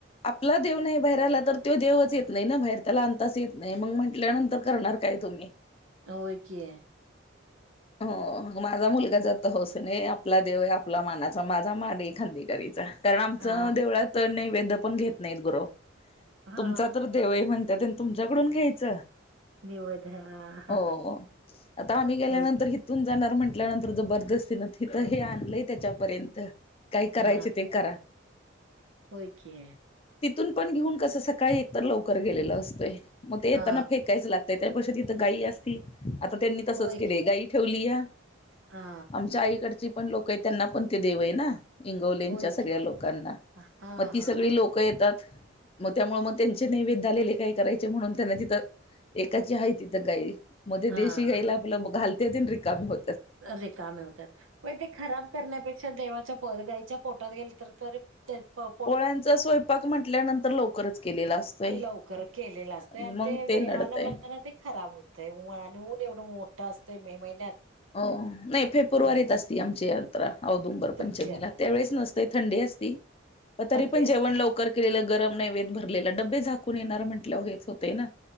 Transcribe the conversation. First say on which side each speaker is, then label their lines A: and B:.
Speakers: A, on the left; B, on the right.
A: आपला देव नाय बाहेर आला तर तो देवच येत नाय ना बाहेर त्याला आनताच येत नाय मग म्हण ल्यानंतर करणार काय तुम्ही.
B: अ होय की.
A: हो. मग माझा मुलगा जात हौसेने ये आपला देव आहे आपल्या मानाचा माझा मान आहे खांदी करीचा. कारण आमचं
B: हा
A: देवळात नैवेद्य पण घेत नायत गुरव
B: हा
A: तुमचा तर देव आय म्हणतात. तुमच्याकडून घ्यायच
B: निवद हा
A: ओ आता आम्ही गेल्या
B: होय
A: नंतर
B: की
A: तीथून जाणार म्हटल्यानंतर जबरदस्तीन हिथं हे आणलंय त्याच्यापर्यंत. काय करायची
B: हा
A: ते करा.
B: होय की.
A: तिथून पण घेऊन कसं सकाळी एकतर लवकर गेलेल असतंय म ते येताना
B: हा
A: फेकायच लाग तय त्या पैक्षा तिथ गायी असती. आता त्यांनी तसच
B: होय
A: केलंय
B: की
A: गायी ठेवलीया.
B: हा
A: आमच्या आईकडची पण लोक आय त्यांना पण त्यो देव आय ना. इंगवलेंच्या
B: होय
A: सगळ्या
B: की
A: लोकांना
B: हा हा
A: म ती सगळी
B: हा
A: लोकं येतात. मग त्यामुळे मग त्यांचे नैवेद्य आलेले काय करायचे म्हणून त्यांन तिथं एकाची हाय तीथ गाई म ते
B: हा
A: देशी गाईला आपलं घालतेती आणि रिकामी हो
B: रिकामे होत्यात पण ते खराब करण्यापेक्षा देवाच्या पो गाईच्या पोटात गेले तर तरी त्यात पाव
A: पोळ्यांचा स्वयंपाक म्हटल्यानंतर लवकरच केलेला असतोय.
B: लवकर केलेलं असतय
A: मग
B: आणि ते वेळाला
A: नडतय
B: म्हणताना ते खराब हो तय ऊन आणि ऊन एवढं मोठं असतंय मे महिन्यात.
A: हो, नाय फेपुरवारीत
B: हा
A: असती आमची यांत्रा औदुंबर
B: तुमच्यात
A: पंचमीला त्यावेळीस नस थंडी असती म तरी
B: थंडी
A: पण
B: असत्या
A: जेवण लव कर केलेलं गरम नैवेद्य भरलेलं डब्बे झाकून येणार म्हटलंवर हेच होतय ना.